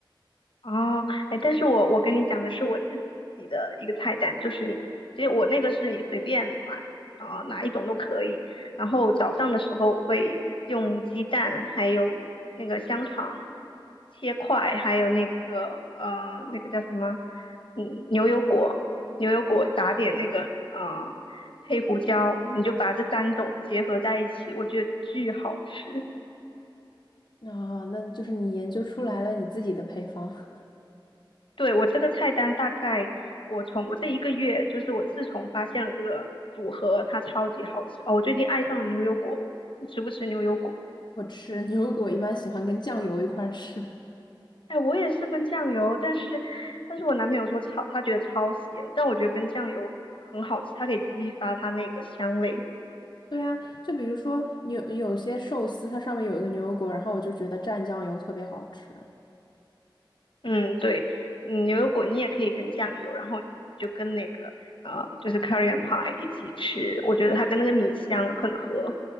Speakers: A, on the left; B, on the left.
A: 哦，哎，但是我我跟你讲的是我自己的一个菜单，就是你，其实我那个是你随便买啊、哪一种都可以。然后早上的时候我会用鸡蛋，还有那个香肠切块，还有那个呃那个叫什么，嗯牛油果，牛油果撒点那个呃黑胡椒，你就把这三种结合在一起，我觉得巨好吃。
B: 啊，那就是你研究出来了你自己的配方。<laughs>
A: 对，我这个菜单大概，我从我这一个月，就是我自从发现了这个组合，它超级好吃哦。我最近爱上了牛油果，你吃不吃牛油果？
B: 我吃牛油果一般喜欢跟酱油一块儿吃。
A: 哎，我也是跟酱油，但是但是我男朋友说超，他觉得超咸，但我觉得跟酱油很好吃，它可以激发它那个香味。
B: <laughs> 对啊，就比如说牛有些寿司，它上面有一个牛油果，然后我就觉得蘸酱油特别好吃。
A: 嗯，对，嗯，牛油果你也可以跟酱油，然后就跟那个呃，就是 c o r r y a n pie 一起吃，我觉得它跟那个米香很合。